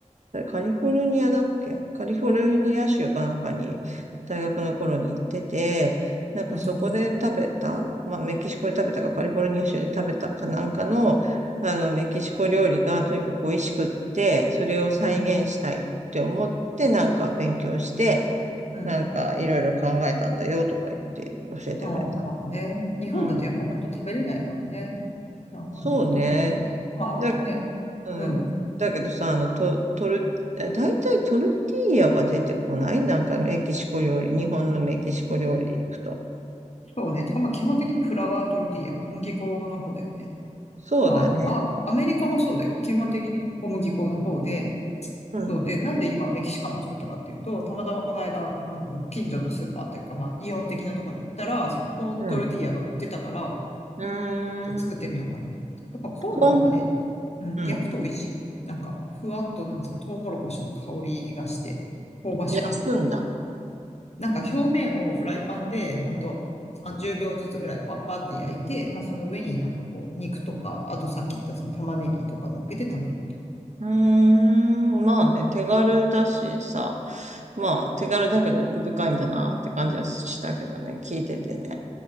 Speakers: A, on the right; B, on the left.
A: あれカリフォルニアだっけカリフォルニア州かなんかに大学の頃に行ってて、なんかそこで食べた、
B: うん、うん、
A: まあメキシコで食べたかカリフォルニア州で食べたかなんかの、あのメキシコ料理がとにかく美味しくって、それを再現したいって思ってなんか勉強して、
B: うん、うん。
A: なんかいろいろ考えたんだよとか言って教えてくれた。
B: ああ、まあね。日本だとやっぱ本当食べれないからね。
A: うん。
B: なんかね、
A: そうね。
B: 特にね。まあね、
A: だうん。
B: うん。
A: だけどさ、あの、と、トル、だいたいトルティーヤが出てこないなんかメキシコ料理、日本のメキシコ料理行くと。
B: そうね。てか、まあ、基本的にフラワートルティーヤ、小麦粉の方だよね。
A: そうだね。
B: まあ、あ、アメリカもそうだよ。基本的に小麦粉の方で、
A: うん、
B: そうで、なんで今メキシカンを作ったかっていうと、たまたまこの間、あの、近所のスーパーというか、まあ、イオン的なとこに行ったら、そのコーントルティーヤが売ってたから、
A: うん。うーん。
B: ちょっと作ってみようかなと思って。やっぱコーンの方がね、
A: こん、
B: なんか、うん、
A: うん。
B: 焼くと美味しい。なんか、ふわっと、なんつうの、トウモロコシの香りがして、香ばしくて。
A: 焼くんだ。
B: なんか表面をフライパンで、ほんと30秒ずつぐらい、パッパーって焼いて、まあその上になんかこう、肉とか、あとさっき言ったその玉ねぎとか乗っけて食べるって感じ。
A: うーん。まあね、手軽だしさ。まあ、手軽だけど奥深いんだなって感じはしたけどね、聞いててね。